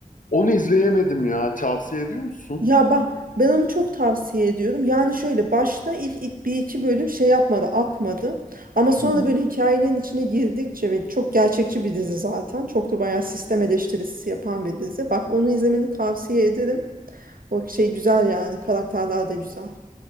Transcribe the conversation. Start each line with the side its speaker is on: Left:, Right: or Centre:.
Left: Onu izleyemedim ya. Tavsiye ediyor musun?
Right: Ya bak ben onu çok tavsiye ediyorum. Yani şöyle başta ilk, ilk bir iki bölüm şey yapmadı, akmadı. Ama sonra
Left: Hı
Right: böyle hikayenin içine girdikçe ve çok gerçekçi bir dizi zaten. Çok da bayağı sistem eleştirisi yapan bir dizi. Bak onu izlemeni tavsiye ederim. O şey güzel yani karakterler de güzel.